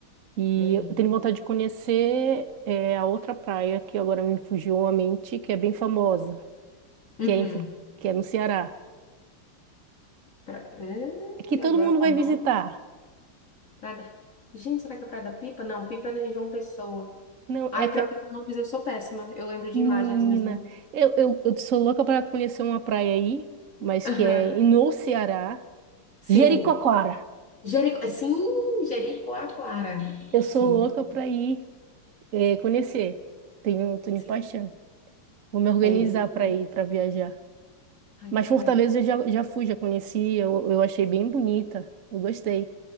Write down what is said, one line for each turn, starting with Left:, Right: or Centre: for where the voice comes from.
Right: E
Left: É lindo.
Right: eu tenho vontade de conhecer eh, a outra praia que agora me fugiu a mente, que é bem famosa,
Left: Uhum.
Right: que é, em, Fo- que é no Ceará,
Left: Pra, é,
Right: que todo
Left: agora
Right: mundo
Left: com
Right: vai
Left: o nome.
Right: visitar.
Left: Praia da- Gente, será que é Praia da Pipa? Não, Pipa é em João Pessoa.
Right: Não,
Left: Ai,
Right: é que
Left: pior que com nomes eu sou péssima. Eu lembro de
Right: Menina,
Left: imagens, mas não.
Right: eu, eu, eu sou louca para conhecer uma praia aí, mas
Left: Aham.
Right: que é no Ceará,
Left: Sim.
Right: Jericoacoara.
Left: Jerico... Sim, Jericoacoara.
Right: Eu sou
Left: Sim,
Right: louca para ir eh, conhecer. Tenho, tenho
Left: sim.
Right: paixão. Vou me organizar
Left: É lindo. demais.
Right: para ir, para viajar.
Left: Ai,
Right: Mas
Left: que legal.
Right: Fortaleza eu já, já fui, já conheci, eu, eu achei bem bonita. Eu gostei.